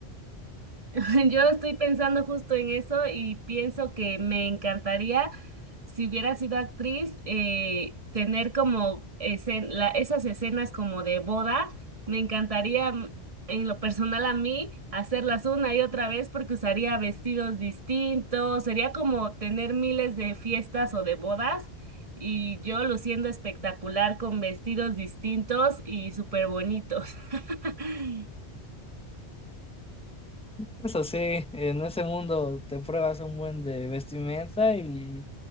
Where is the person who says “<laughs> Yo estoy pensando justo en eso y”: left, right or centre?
Right